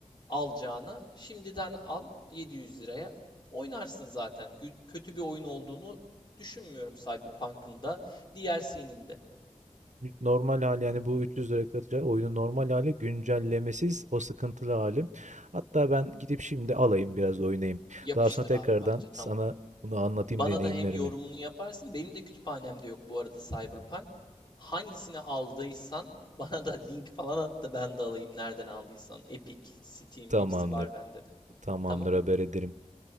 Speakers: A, on the left; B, on the right.
A: alacağına şimdiden al 700 liraya oynarsın zaten. Kötü bir oyun olduğunu düşünmüyorum Cyberpunk'ın da DLC'nin de.
B: Normal hali yani bu 300 lira satacağı oyunun normal hali güncellemesiz o sıkıntılı hali. Hatta ben gidip şimdi alayım biraz oynayayım.
A: Yapıştır
B: Daha sonra tekrardan
A: abi bence
B: sana
A: tamam.
B: bunu anlatayım
A: Bana
B: deneyimlerimi.
A: da hem yorumunu yaparsın. Benim de kütüphanemde yok bu arada Cyberpunk. Hangisini aldıysan <laughs> bana da link falan at da ben de alayım nereden aldıysan. Epic, Steam
B: Tamamdır.
A: hepsi var bende de.
B: Tamamdır
A: Tamam?
B: haber ederim.